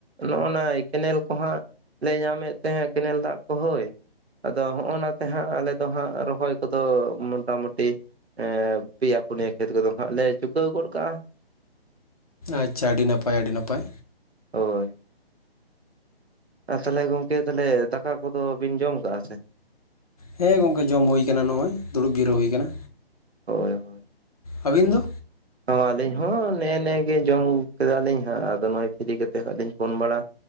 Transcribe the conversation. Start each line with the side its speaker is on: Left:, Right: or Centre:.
Right: ᱱᱚᱭᱼᱱᱟᱭ ᱠᱮᱱᱮᱞ ᱠᱚᱦᱟᱸᱜ ᱞᱮ ᱧᱟᱢᱮᱜ ᱛᱟᱦᱮᱸᱜ ᱠᱮᱱᱮᱞ ᱫᱟᱜ ᱠᱚ ᱦᱳᱭ ᱟᱫᱚ ᱦᱚᱸᱜᱼᱚ ᱱᱟᱛᱮ ᱦᱟᱸᱜ ᱟᱞᱮ ᱫᱚ ᱦᱟᱸᱜ ᱨᱚᱦᱚᱭ ᱠᱚᱫᱚ ᱢᱚᱴᱟᱢᱩᱴᱤ ᱮ ᱯᱮᱭᱟ ᱯᱩᱱᱭᱟᱹ ᱠᱷᱮᱛ ᱠᱚᱫᱚ ᱦᱟᱜ ᱞᱮ ᱪᱩᱠᱟᱹᱣ ᱜᱚᱫ ᱠᱟᱜᱼᱟ
Left: ᱟᱪᱪᱷᱟ ᱟᱹᱰᱤ ᱱᱟᱯᱟᱭ ᱟᱹᱰᱤ ᱱᱟᱯᱟᱭ
Right: ᱦᱳᱭ ᱟᱨ ᱛᱟᱦᱞᱮ ᱜᱚᱝᱠᱮ ᱛᱟᱦᱞᱮ ᱫᱟᱠᱟ ᱠᱚᱫᱚ ᱵᱤᱱ ᱡᱚᱢ ᱠᱟᱜᱼᱟ ᱥᱮ?
Left: ᱦᱮᱸ ᱜᱚᱝᱠᱮ ᱡᱚᱢ ᱦᱳᱭᱠᱟᱱᱟ ᱱᱚᱜᱼᱚᱭ ᱫᱩᱲᱩᱵ ᱜᱤᱨᱟᱹᱣ ᱦᱳᱭ ᱠᱟᱱᱟ
Right: ᱦᱳᱭ ᱦᱳᱭ
Left: ᱟᱹᱵᱤᱱ ᱫᱚ
Right: ᱚ ᱟᱹᱞᱤᱧ ᱦᱚᱸ ᱱᱮᱜᱮ ᱱᱮᱜ ᱜᱮ ᱡᱚᱢ ᱠᱮᱫᱟᱞᱤᱧ ᱦᱟᱸᱜ ᱟᱫᱚ ᱱᱚᱜᱼᱚᱭ ᱯᱷᱤᱨᱤ ᱠᱟ ᱠᱟᱛᱮᱜ ᱦᱟᱸᱜ ᱞᱤᱧ ᱯᱷᱳᱱ ᱵᱟᱲᱟ